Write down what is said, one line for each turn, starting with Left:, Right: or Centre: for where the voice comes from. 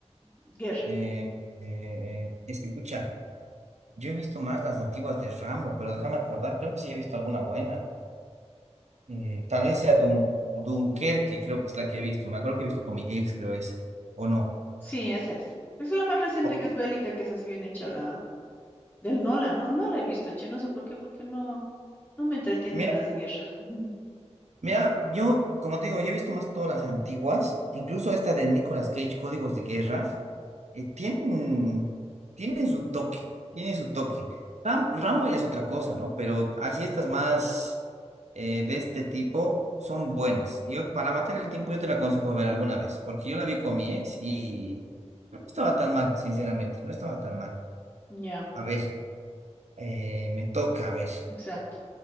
Left: Guerra.
Right: eh, eh, es que, pucha, yo he visto más las antiguas de Rambo, pero déjame acordar, creo que sí he visto alguna buena. Mm, tal vez sea Dun- Dunkerque, creo que es la que he visto. Me acuerdo que he visto con mi ex, creo es. O no.
Left: Sí, esa es. Es la más reciente
Right: O-
Left: que es bélica, que es así bien hecha la del Nolan. No, no la he visto, che, no sé por qué, porque no, no me entretienen
Right: Mira,
Left: las de guerra. <laughs>
Right: Mira, yo, como te digo, yo he visto más que todas las antiguas, incluso esta del Nicolas Cage, Códigos de Guerra, eh, tienen, tienen su toque, tienen su toque. Ram- Rambo ya es otra cosa, ¿no? Pero así estas más eh, de este tipo son buenas. Yo, para matar el tiempo, yo te la aconsejo ver alguna vez, porque yo la vi con mi ex y no estaba tan mal, sinceramente, no estaba tan mal.
Left: Ya,
Right: A ver, eh, me toca, a ver.
Left: exacto.